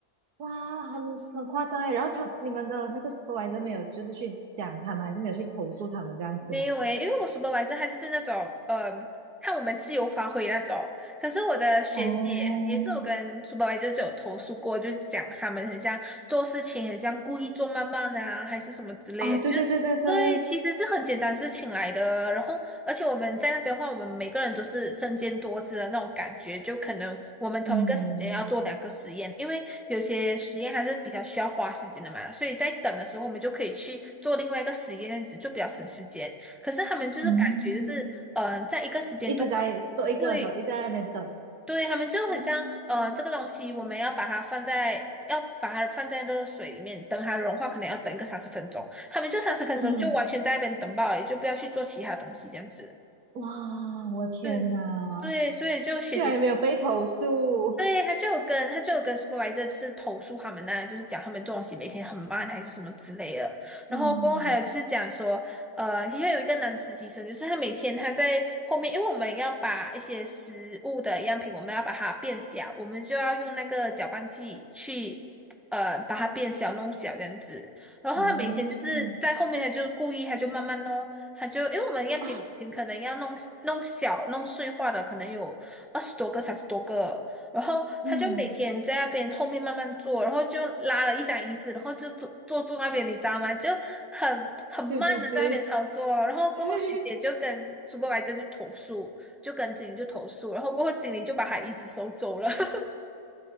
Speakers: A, on the right; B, in the centre.
A: 哇，很很夸张哎。
B: 嗯。
A: 然后他你们的那个 s u p e r v i s 没有就是去讲他们，还是没有去投诉他们这样子吗？
B: 没有诶，因为我 supervisor 他就是那种，嗯、看我们自由发挥那种。可是我的学姐也是我跟
A: 哦
B: s u p e r v i s o 就有投诉过，就是讲他们很像做事情很像故意做慢慢啊，还是什么之类的。
A: 哦，对对对对对，
B: 就对，其实是很简单事情来的。然后而且我们在那边的话，我们每个人都是身兼多职的那种感觉，就可能我们同一个时间要做两个实验，
A: 嗯
B: 因为有些实验还是比较需要花时间的嘛，所以在等的时候，我们就可以去做另外一个实验，这样子就比较省时间。可是他们就是感觉就是，
A: 嗯，
B: 嗯，在一个时间段，
A: 一直在做一个的时候，
B: 对
A: 一直在那边等。
B: 对，他们就很像，
A: 嗯
B: 嗯，这个东西我们要把它放在，要把它放在热水里面，等它融化，可能要等一个三十分钟。他们就三十分钟就完全在那边等爆了，
A: 嗯。
B: 也就不要去做其他东西这样子。
A: 哇，我天哪，
B: 对对，所以就学姐姐
A: 竟然也没有被投诉。
B: 对，他就有跟他就有跟 supervisor 就是投诉他们呐、就是讲他们作息每天很慢还是什么之类的。然后过后还有就是讲说，
A: 嗯，
B: 呃，因为有一个男实习生，就是他每天他在后面，因为我们要把一些食物的样品，我们要把它变小，我们就要用那个搅拌器去。呃，把它变小、弄小这样子，然后他每天就是在后面，
A: 哦，
B: 他就故意，他就慢慢弄，他就因为我们样品每天可能要弄弄小、
A: <laughs> 啊，
B: 弄碎化的，可能有二十多个、三十多个，然后他就每天在那边后面慢慢坐，
A: 嗯，
B: 然后就拉了一张椅子，然后就坐坐住那边，你知道吗？就很很慢的在那边操作哦。
A: 对对对
B: 然后过后，
A: <laughs> 对，
B: 徐姐就跟苏 u p e 去投诉，就跟经理就投诉，然后过后经理就把他椅子收走了。<laughs>